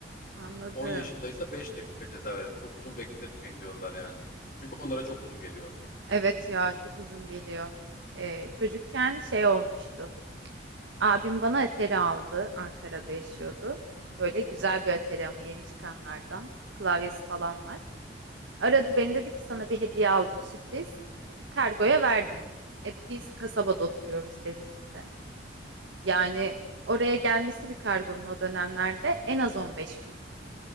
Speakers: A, on the right; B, on the left.
A: Anladım.
B: 10 yaşındaysa 5 dakika ceza verin. Çok uzun bekletmeyin diyorlar yani. Çünkü onlara çok uzun geliyor.
A: Evet ya çok uzun geliyor. Ee, çocukken şey olmuştu. Abim bana Atari aldı. Ankara'da yaşıyordu. Böyle güzel bir Atari ama yeni çıkanlardan. Klavyesi falan var. Aradı beni dedi ki sana bir hediye aldım sürpriz. E, Kargoya verdim. E, biz kasabada oturuyoruz Denizli'de. Yani
B: Hı hı.
A: oraya gelmesi bir kargonun o dönemlerde en az 15 gün.